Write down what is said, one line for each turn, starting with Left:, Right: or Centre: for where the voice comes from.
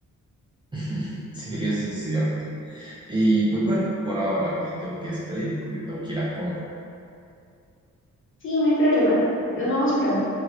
Right: <laughs> Sí, eso es cierto. Y pues bueno, por ahora me tengo que despedir porque tengo que ir a comer.
Left: Sí, no hay problema. Nos vamos pronto.